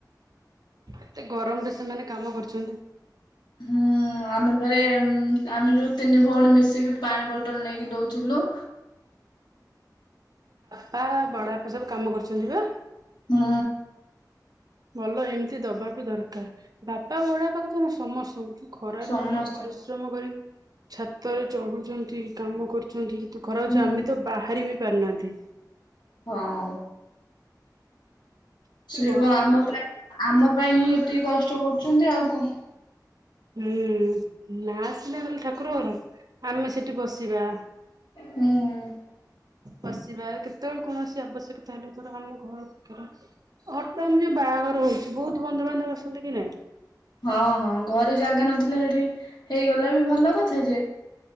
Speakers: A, on the right; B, on the left.
A: ଏତେ ଗରମ ରେ ସେମାନେ କାମ କରୁଛନ୍ତି।
B: ହୁଁ ଆମେ ଫେରେ ଆମେ ଯୋଉ ତିନି ଭଉଣୀ ମିଶିକି ପାଣି ବୋଟଲ୍ ନେଇକି ଦଉଥୁଲୁ।
A: ପା ବଡ ବାପା ସବୁ କାମ କରୁଚନ୍ତି ପା।
B: ହୁଁ।
A: ଭଲ ଏମିତି ଦବା ବି ଦରକାର୍ ବାପା ବଡ ବାପା କୁ ତ ସମସ୍ତଙ୍କୁ ଖରାରେ
B: ସମସ୍ତଙ୍କୁ
A: ସେମାନେ ପରିଶ୍ରମ କରି ଛାତରେ ଚଢୁଛନ୍ତି। କାମ କରୁଛନ୍ତି ତୁ ଖରଉଚୁ
B: ହୁଁ।
A: ଆମେ ତ ବାହାରି ବି ପାରୁନାହାନ୍ତି।
B: ହଁ।
A: ଏତେ
B: ସେ
A: ଗରମ
B: କ ଆମ
A: ହଉଛି
B: ପାଇଁ ଆମ ପାଇଁ ହିଁ ଏତିକି କଷ୍ଟ କରୁଚନ୍ତି ଆଉ କଁ
A: ହୁଁ ନା ସିନା ଖାଲି ଠାକୁରକର। ଆମେ ସେଠି ବସିବା।
B: ହୁଁ
A: ବସିବା କେତେବେଳ କୈାଣସ୍ ଆବଶ୍ୟକତା ହେଲେ ଆମ ଘର ହଠାତ୍ ବାହାଘର ହୋଉଚି ବୋହୁତୁ ବନ୍ଧୁବାନ୍ଧବ ସବୁ କି ନାଇଁ।
B: ହଁ ହଁ ଘରେ ଜାଗା ନଥିଲା ହେଇଠି ହେଇଗଲା ବି ଭଲ କଥା ଯେ।